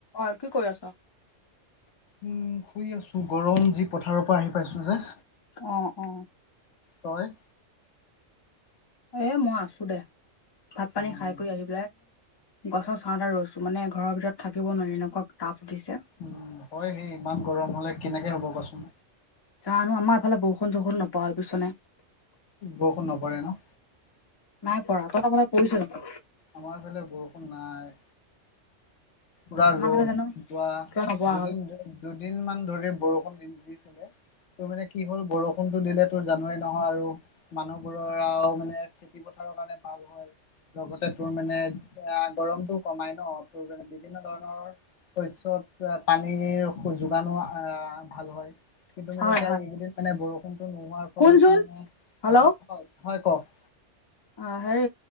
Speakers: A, on the left (about 25°); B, on the left (about 70°).
A: ঐ কি কৰি আছ
B: উম শুই আছো গৰম যি পথাৰৰ পৰা আহি পাইছো যে
A: অ অ
B: তই
A: এ মই আছো দে ভাত পানী
B: উম
A: খাই কৰি আহি গছৰ ছাঁহতে এটা ৰৈছো মানে ঘৰৰ ভিতৰত থাকিব নোৱাৰি এনেকুৱা তাপ উঠিছে
B: উম হয় সেই ইমান গৰম হলে কেনেকে হ'ব কচোন
A: জানো আমাৰ এইফালে বৰষুণ চৰষুণ নপৰা হল বুইছনে
B: বৰষুণ নপৰে ন
A: নাই পৰা তহঁতৰ ফালে পৰিছে জানো
B: আমাৰ ফালে বৰষুণ নাই পুৰা
A: আমাৰ
B: ৰ'দ
A: ফালে জানো
B: যোৱা
A: কিয় নপৰা
B: দুদিন
A: হ'ল
B: দুদিন মান ধৰি বৰষুণ দি দিছিলে, তোৰ মানে কি হ'ল বৰষুণটো দিলে তোৰ জানই নহয় আৰু মানুহবোৰৰ আও মানে, খেতি পথাৰৰ কাৰণে ভাল হয় লগতে তোৰ মানে অ গৰমটো কমাই ন তোৰ মানে বিভিন্ন ধৰণৰ শস্যত পানীৰ যোগানো আ ভাল হয় কিন্তু মানে
A: হয়
B: এতিয়া
A: হয়
B: এইকেইদিন মানে বৰষুণটো নোহোৱাৰ ফলত
A: শুনচোন
B: মানে
A: হেল্ল'
B: হয় হয় কওক
A: অ হেই